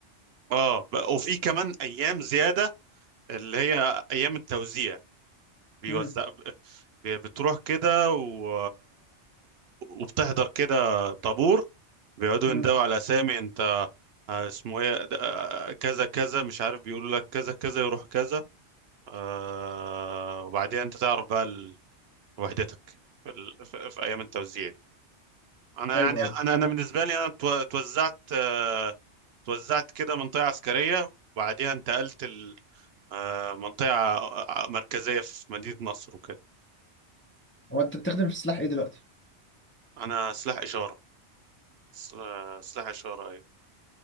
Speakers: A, on the right; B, on the left.
A: اه ب- وفي كمان ايام زياده اللي هي ايام التوزيع بيوزع
B: امم
A: ب- بتروح كده و... وبتحضر كده طابور بيقعدوا
B: امم
A: يندوا على اسامي انت آه، اسمه ايه ده- آه، كذا كذا مش عارف بيقول لك كذا كذا يروح كذا آه وبعدين انت تعرف بقى ال- وحدتك في, ال... في, في ايام التوزيع دي انا
B: ايوه
A: يعني
B: ايوه
A: انا انا بالنسبه لي انا تو- توزعت آه توزعت كده منطقه عسكريه وبعديها انتقلت ال... آه منطقه ع- مركزيه في مدينه نصر وكده
B: هو انت بتخدم في السلاح ايه دلوقتي؟
A: انا سلاح اشاره س- آه، سلاح اشاره ايوه